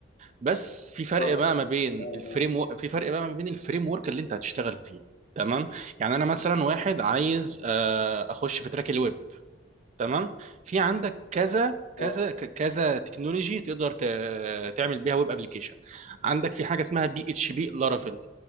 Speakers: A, on the right (about 40°); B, on the left (about 65°).
A: بس في فرق
B: اه
A: بقى ما بين
B: اه
A: الفريم
B: تمام.
A: و... في فرق بقى ما بين الفريم ورك اللي انت هتشتغل فيه تمام يعني انا مثلا واحد عايز آه، اخش في تراك الويب تمام في عندك كذا كذا
B: اه
A: ك- كذا تكنولوجي تقدر ت- تعمل بيها ويب ابلكيشن عندك في حاجه اسمها بي اتش بي لارافيل